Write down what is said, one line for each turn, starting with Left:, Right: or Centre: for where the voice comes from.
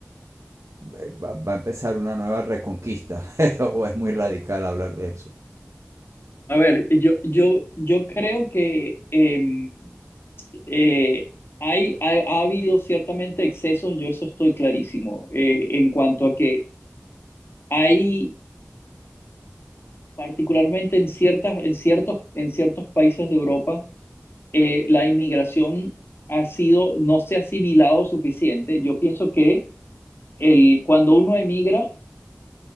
Right: eh, va, va a empezar una nueva reconquista? <laughs> ¿O es muy radical hablar de eso?
Left: A ver, yo, yo, yo creo que... em, Eh, hay, ha, ha habido ciertamente excesos, yo eso estoy clarísimo, eh, en cuanto a que hay, particularmente en ciertas, en ciertos, en ciertos países de Europa, eh, la inmigración ha sido, no se ha asimilado suficiente. Yo pienso que el, cuando uno emigra,